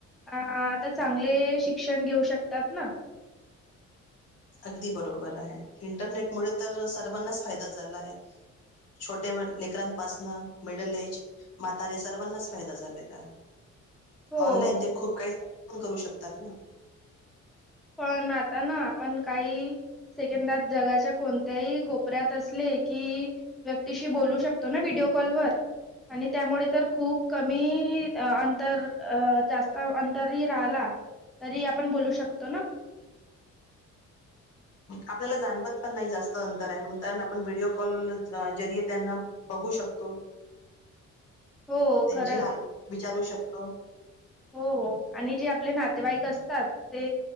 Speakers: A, in the centre; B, on the left (about 55°).
A: आता चांगले शिक्षण घेऊ शकतात ना
B: अगदी बरोबर आहे इंटरनेटमुळे तर सर्वांनाच फायदा झाला आहे छोटे लेकरांपासनं मिडल एज म्हातारे सर्वांनाच फायदा झालेला आहे
A: हो
B: ऑनलाइन ते खूप काही करू शकतात ना
A: पण आता ना आपण काही सेकंदात जगाच्या कोणत्याही कोपऱ्यात असले कि व्यक्तीशी बोलू शकतो ना व्हिडिओ कॉलवर आणि त्यामुळे तर खूप कमी अंतर अ जास्त अंतरही राहिला तरी आपण बोलू शकतो तो ना
B: आपल्याला जाणवत पण नाही जास्त अंतर आहे म्हणून कारण आपण व्हिडिओ कॉल वर त्यांना बघू शकतो
A: हो
B: त्यांचे
A: खरच
B: हाल विचारू शकतो.
A: हो आणि जे आपले नाते नातेवाईक असतात ते